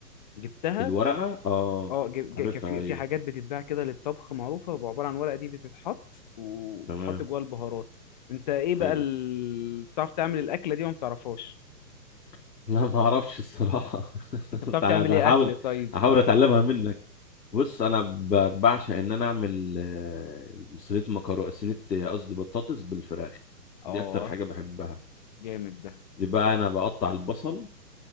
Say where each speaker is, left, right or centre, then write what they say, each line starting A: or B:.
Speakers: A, on the left; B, on the left.
A: جبتها
B: الورقة اه
A: اه جي- جي-
B: عارفها
A: كان في
B: ايوه
A: في حاجات بتتباع كده للطبخ معروفة بيبقى عبارة عن ورقة دي بتتحط وبتحط
B: تمام
A: جواها البهارات انت ايه بقى
B: حلو
A: ال... بتعرف تعمل الأكلة دي وما بتعرفهاش
B: <laughs> لا ما اعرفش الصراحة <laughs>
A: انت بتعرف
B: انا
A: تعمل
B: بحاول
A: ايه أكل طيب
B: احاول اتعلمها منك بص انا ب- بعشق ان انا اعمل آه، صينية مكرونة صينية آه، قصدي بطاطس بالفراخ
A: اه
B: دي اكتر حاجة بحبها
A: جامد ده
B: يبقى انا بقطع البصل